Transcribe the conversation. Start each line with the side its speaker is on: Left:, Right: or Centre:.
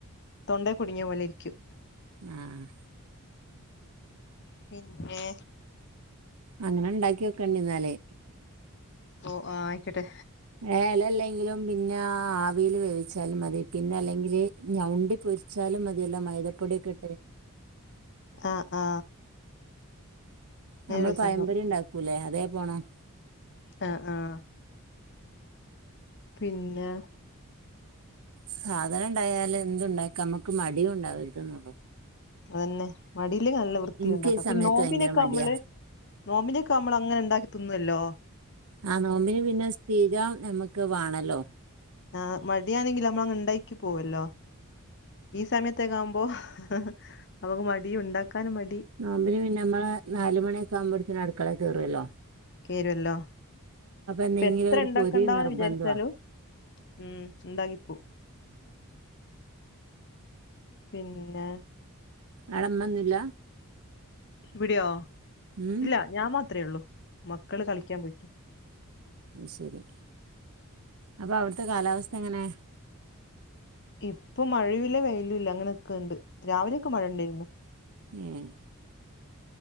Left: തൊണ്ടെ കുടുങ്ങിയ പോലെ ഇരിക്കും..
Right: ആ ഹ്
Left: പിനെ
Right: അങ്ങനെ ഇണ്ടാക്കി നോക്കേണ്ടി ഇന്നാല്.
Left: ഓ ആഹ ആയ്ക്കൊട്ടെ.
Right: ഏ ലല്ലങ്കിലും. മിനാ ആവിയില് വേവിച്ചാലും മതി പിനല്ലെങ്കില് ഞൗണ്ടിപൊരിച്ചാലും മതിയല്ലോ മൈദ പൊടിയൊക്കിട്ട്.
Left: ആഹ് ആ
Right: ന്നമ്മള്
Left: രസണ്ടാവും
Right: പയംപൊരി ഇണ്ടാക്കൂല്ലേ അതേ പോണം.
Left: അ ആഹ പിനെ
Right: സാധനണ്ടായാല് എന്തുണ്ടാക്ക നമ്മക്ക് മടിയും ഉണ്ടാവര്ത് നൊള്ളു.
Left: അതന്നെ മടിയില്ലെ നല്ല വൃത്തി
Right: എനിക്ക്
Left: ഉണ്ടാക്കാം
Right: ഈ സമയത്ത്
Left: പിന്നെ നോമ്പിനൊക്കെ
Right: ഭയങ്കര മടിയാ
Left: നമ്മള് നോമ്പിനൊക്കെ നമ്മളങ്ങനെ ഇണ്ടാക്കി തിന്നൊല്ലോ.
Right: ആ ന്നോമ്പ്ന് പിനെ സ്ഥിരം നമ്മക്ക് വാണല്ലോ?
Left: ആ മടിയാണെങ്കിലും നമ്മ അങ് ഇണ്ടാക്കി പോവല്ലോ. ഈ സമയത്തെക്കാവുമ്പോ ഹ് ഹ ഹ. നമ്മക്ക് മടിയും ഉണ്ടാക്കാനും മടി.
Right: നോമ്പിന് പിനമ്മളെ ന്നാല്മണിയൊക്കെ ആവുമ്പത്തിനും അട്ക്കളെ കേറോല്ലോ.
Left: കേരൊല്ലോ
Right: എന്തെങ്കിലും
Left: ഇപ്പെത്ര
Right: ഒരു
Left: ഇണ്ടാക്കണ്ടാന്ന്
Right: പൊരി നിർബന്ധവാ
Left: വിജാരിച്ചാലും. ഉം ഇണ്ടാക്കിപ്പു പിന്നെ?
Right: ആടെ ഇമ്മന്നുല്ല?
Left: ഇവിടെയോ
Right: ഉം
Left: ഇല്ല ഞാൻ മാത്രേ ഒള്ളൂ മക്കള് കളിക്കാൻ പോയ്ക്ക.
Right: ശെരി അപ്പ അവ്ട്ത്തെ കാലാവസ്ഥ എങ്ങനെ?
Left: ഇപ്പൊ മഴയുല്ല വെയ്ലുല്ല അങ്ങനെനിക്ക്ണ്ട് രാവിലൊക്കെ മഴ ഇണ്ടായ്ര്ന്നു.
Right: ഏഹ്